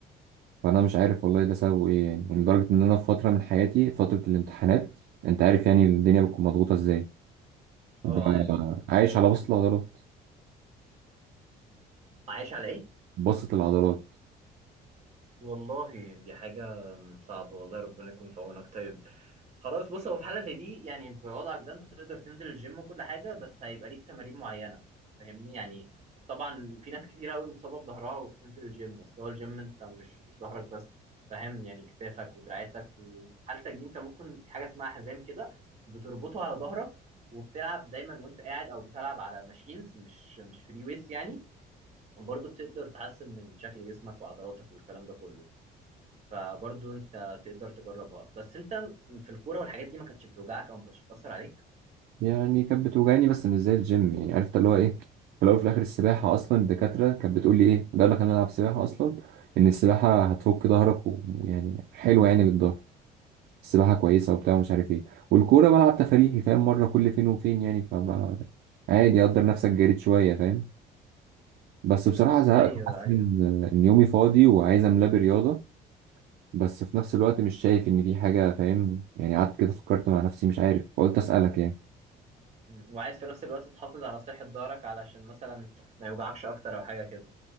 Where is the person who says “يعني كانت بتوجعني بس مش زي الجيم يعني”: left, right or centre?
Right